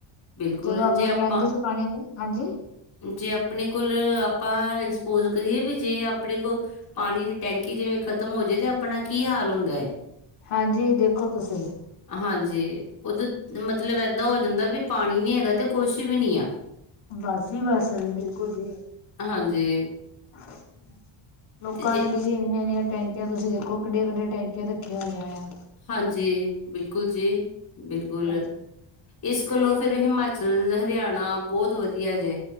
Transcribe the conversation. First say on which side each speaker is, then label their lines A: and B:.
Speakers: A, on the left; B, on the left.
A: ਬਿਲਕੁਲ
B: ਜਦੋਂ ਆਪਣੇ
A: ਜੇ ਆਪਾਂ
B: ਟੈਂਕ 'ਚ ਪਾਣੀ ਹਾਂਜੀ
A: ਜੇ ਆਪਣੇ ਕੋਲ ਆਪਾਂ ਐਕਸਪੋਜ ਕਰੀਏ ਵੀ ਜੇ ਆਪਣੇ ਕੋਲ ਪਾਣੀ ਦੀ ਟੈਂਕੀ ਜਿਵੇਂ ਖ਼ਤਮ ਹੋ ਜੇ। ਤੇ ਆਪਣਾ ਕੀ ਹਾਲ ਹੁੰਦਾ ਏ।
B: ਹਾਂਜੀ ਦੇਖੋ ਤੁਸੀਂ।
A: ਹਾਂਜੀ ਉਦੋਂ ਮਤਲਬ ਇੱਦਾਂ ਹੋ ਜਾਂਦਾ ਵੀ ਪਾਣੀ ਨੀ ਹੈਗਾ ਤੇ ਕੁਛ ਵੀ ਨਹੀਂ ਆ।
B: ਬਸ ਜੀ ਬਸ ਬਿਲਕੁਲ ਜੀ।
A: ਹਾਂਜੀ
B: <unintelligible> ਲੋਕਾਂ
A: ਤੇ ਜੇ
B: ਦੀਆਂ ਦੀਦੀ ਇੰਨੀਆਂ- ਇੰਨੀਆਂ ਟੈਂਕੀਆਂ ਤੁਸੀਂ ਦੇਖੋ ਕਿੱਡੀਆ- ਕਿੱਡੀਆਂ ਟੈਂਕ ਰੱਖੀਆਂ ਹੋਈਆਂ ਆ।
A: ਹਾਂਜੀ ਬਿਲਕੁਲ ਜੀ ਬਿਲਕੁਲ।
B: ਹਾਂਜੀ
A: ਇਸ ਗੱਲੋਂ ਫਿਰ ਹਿਮਾਚਲ, ਹਰਿਆਣਾ ਬਹੁਤ ਵਧੀਆ ਜੇ।